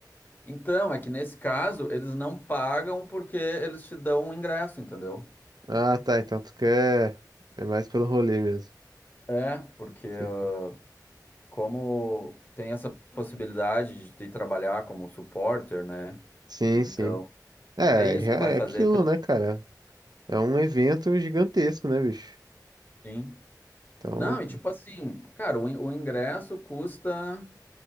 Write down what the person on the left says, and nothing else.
Então, é que nesse caso, eles não pagam porque eles te dão um ingresso, entendeu?
É, porque uh,
como tem essa possibilidade de tu ir trabalhar como supporter, né?
Então,
é isso,
tu vai fazer
tre-
sim.
Não, e tipo assim, cara, o, in- o ingresso custa.